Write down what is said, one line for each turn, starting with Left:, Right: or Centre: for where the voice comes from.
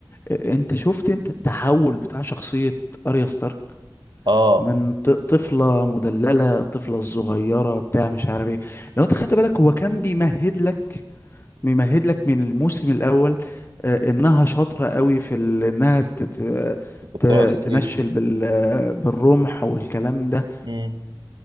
Left: آه، انت شفت انت التحول بتاع شخصية اريا ستارك
Right: اه
Left: من ط- طفلة مدللة الطفلة الصغيرة بتاع مش عارف ايه لو انت خدت بالك هو كان بيمهد لك بيمهد لك من الموسم الأول آه، انها شاطرة قوي في ال- انها ت- ت-
Right: كنت بتابع
Left: ت-
Right: السيف
Left: تنشل بال- آه، بالرمح والكلام ده
Right: مم.